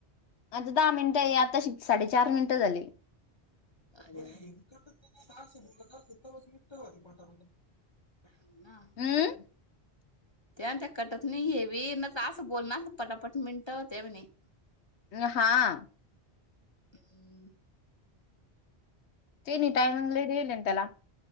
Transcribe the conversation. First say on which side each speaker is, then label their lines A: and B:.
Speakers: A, on the left; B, on the left.
A: आता दहा मिनिटं आता साडेचार मिनिटं झालीं.
B: अार सत्तास पटापटा <unintelligible> हो नां
A: हम्म
B: ते त्यां कटतं नाहीं हेवी न तरं असं बोलणार पटापट मिंटते होतात म्हणे <unintelligible>
A: नहां
B: हम्मं
A: तेनी टायमिंग लयं दिलेल आहे त्यांला